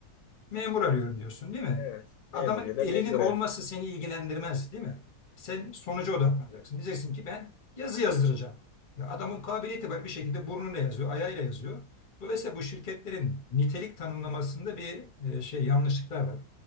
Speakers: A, on the left; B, on the left.
A: Memur arıyorum diyorsun değil mi?
B: Evet. Memur
A: Adamın
B: ya da
A: elinin
B: memure.
A: olması seni ilgilendirmez değil mi? Sen sonuca odaklanacaksın. Diyeceksin ki ben yazı yazdıracağım. Ya adamın kabiliyeti var bir şekilde burnuyla yazıyor, ayağıyla yazıyor. Dolayısıyla bu şirketlerin nitelik tanımlamasında bir e, şey yanlışlıklar var.